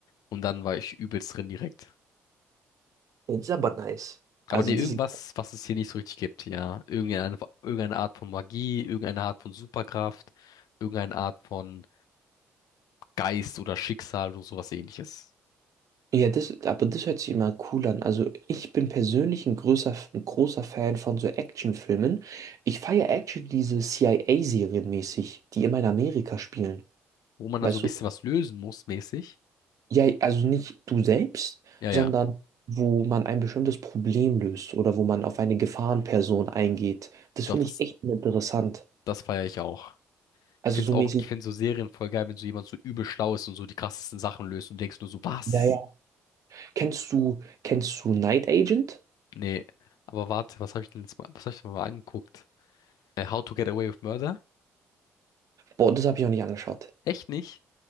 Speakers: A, on the left (about 65°); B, on the right (about 55°).
A: und dann war ich übelst drin direkt.
B: Ja, das ist aber nice.
A: Aber
B: Also
A: nee, irgendwas,
B: das,
A: was es hier nicht so richtig gibt, ja. Irgendeine, irgendeine Art von Magie, irgendeine Art von Superkraft, irgendeine Art von Geist oder Schicksal oder sowas ähnliches.
B: ja, das, aber das hört sich immer cool an. Also ich bin persönlich ein großer, ein großer Fan von so Actionfilmen. Ich feiere Action diese CIA-Serien mäßig, die immer in Amerika spielen.
A: Wo man
B: Weißt
A: dann so ein bisschen
B: du?
A: was lösen muss, mäßig.
B: Ja, also nicht du selbst,
A: Ja, ja.
B: sondern wo man ein bestimmtes Problem löst oder wo man auf eine Gefahrenperson eingeht. Das
A: Doch,
B: finde
A: das,
B: ich echt interessant.
A: das feiere ich auch.
B: Also
A: Ich find's
B: so
A: auch,
B: mäßig.
A: ich find so Serien voll geil, wenn so jemand so übel schlau ist und so die krassesten Sachen löst und du denkst nur so, was?
B: Ja, ja. Kennst du, kennst du Night Agent?
A: Nee, aber warte, was habe ich denn jetzt mal, was habe ich denn mal angeguckt? Äh, How to Get Away with Murder?
B: Boah, das habe ich noch nicht angeschaut.
A: Echt nicht?